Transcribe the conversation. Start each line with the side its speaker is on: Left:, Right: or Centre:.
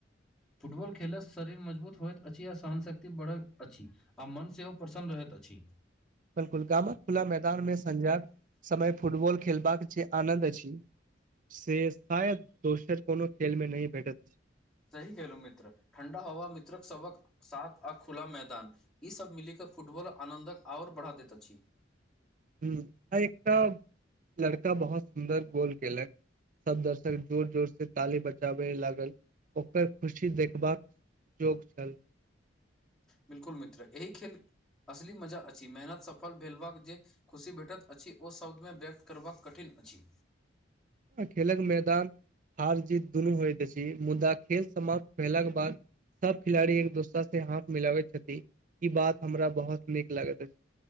Centre: फुटबॉल खेलयसँ शरीर मजबूत होइत अछि आ सहनशक्ति बढ़ैत अछि आ मन सेहो प्रसन्न रहैत अछि
Right: बिलकुल गामक खुला मैदान मे संझाजक समय फुटबॉल खेलबाक छै आनंन्द अछि से शायद दोसर कोनो खेल में नहि भेटत अछि
Centre: सही केलहुँ मित्र ठण्डा हवा मित्रक सबक साथ आ खुला मैदान ई सब मिली क फुटबॉल आनंन्द ओर बढ़ा दैत अछि
Right: ह आ एकटा लड़का बहुत सुन्दर गोल केलक सब दर्शक जोर जोर से ताली बजाबे लागल ओकर खुशी देखबाक चौक छल
Centre: बिल्कुल मित्र एहि खेल असली मजा अछि मेहनत सफल भेलबाक जे खुशी भेटत अछि ओ शब्दमे व्यक्त करबाक कठिन अछि
Right: खेलक मैदान हार जीत दुनू होइत अछि मुदा खेल समाप्त भेला कऽ बाद सब खिलाड़ी एक दोसरा से हाथ मिलवे छथि ई बात हमरा बहुत निक लगैत अछि